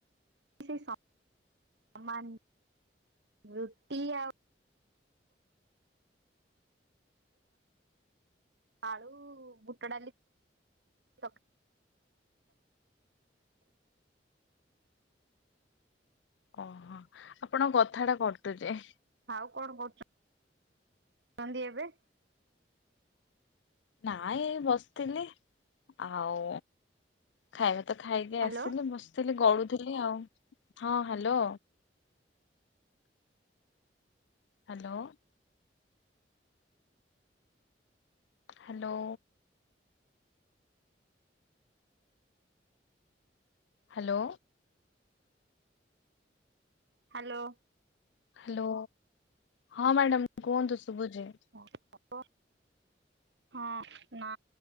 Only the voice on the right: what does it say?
<unintelligible> ରୁଟି ଆଉ ଆଳୁ ବୁଟ ଡାଲି ତ
ଆଉ କଣ କରୁଛନ୍ତି ଏବେ?
ହ୍ୟାଲୋ
Hello.
ହଁ ହପ। ହଁ ନା